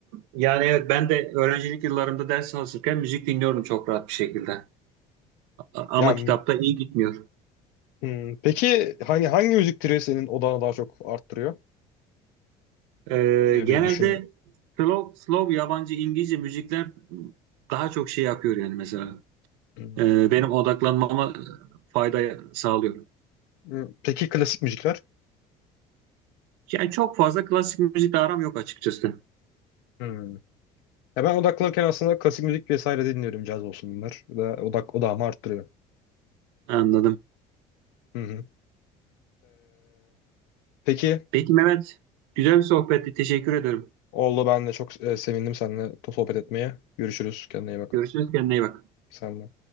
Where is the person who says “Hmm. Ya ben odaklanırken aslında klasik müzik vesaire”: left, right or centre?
Left